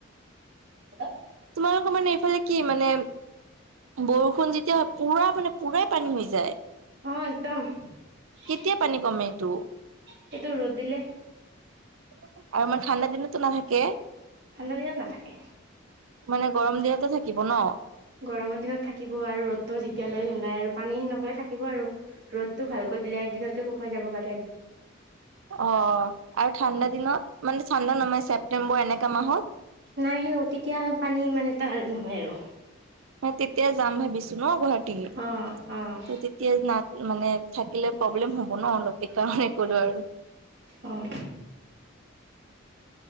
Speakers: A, on the right; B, on the right.
A: হেল্ল,
B: তোমালোকৰ মানে এইফালে কি মানে বৰষুণ যেতিয়া হয় পুৰা মানে পুৰাই পানী হৈ যায়।
A: অ একদম, মে এ এ এ
B: কেতিয়া
A: এ,
B: পানী কমে
A: মে
B: এইটো
A: এ এ এ এইটো ৰ'দ দিলে।
B: আৰু আমাৰ ঠাণ্ডা দিনতো নাথাকে।
A: ঠাণ্ডা দিনত নাথাকে।
B: মানে গৰম দিনতে থাকিব ন।
A: গৰমৰ দিনত থাকিব আৰু ৰ'দতো যেতিয়ালৈ নোলায় আৰু পানী সেনেকৈ থাকিব আৰু ৰ'দটো ভালকৈ দিলে এদিনতে শুকাই যাব পাৰে আৰু
B: অ অ অ আৰু ঠাণ্ডা দিনত, মানে ঠাণ্ডা নমাই ছেপটেম্বৰ এনেকা মাহত
A: নাই হেনো তেতিয়া পানী ইমান এটা নহয় আৰু
B: মই তেতিয়া যাম ভাবিছো ন গুৱাহাটী
A: অ' অ'
B: ত তেত এতিয়া নাত মানে থাকিলে প্ৰব্লেম হব ন অলপ সেইকাৰণে কলো আৰু
A: অ অ